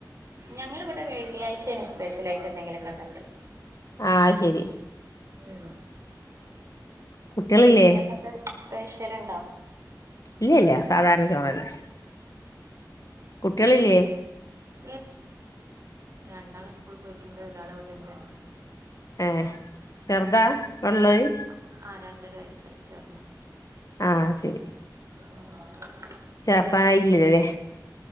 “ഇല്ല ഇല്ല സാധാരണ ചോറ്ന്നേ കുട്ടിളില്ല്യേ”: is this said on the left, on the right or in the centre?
Left